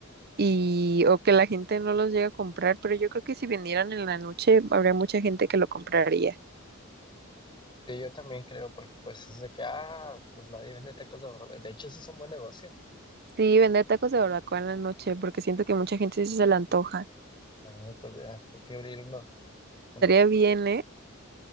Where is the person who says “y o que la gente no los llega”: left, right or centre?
Right